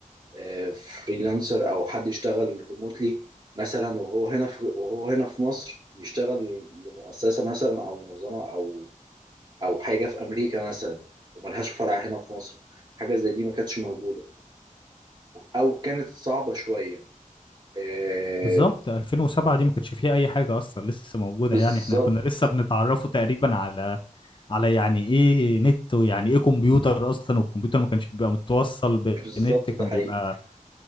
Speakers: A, on the right; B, on the left.
A: آه، فريلانسر او حد يشتغل ريموتلي مثلا وهو هنا في وهو هنا في مصر يشتغل لمؤسسة مثلا او منظمة او او حاجه في امريكا مثلا وملهاش فرع هنا في مصر حاجه زي دي ما كانتش موجوده او كانت صعبه شويه آه
B: بالظبط 2007 دي ما كانش فيها اي حاجه اصلا لسه موجوده
A: بالظبط
B: يعني احنا كنا لسه بنتعرفوا تقريبا على على يعني ايه نت ويعني ايه كمبيوتر اصلا والكمبيوتر ما كانش بيبقى متوصل
A: <laughs> بالظبط
B: بنت كان
A: ده حقيقي
B: بيبقى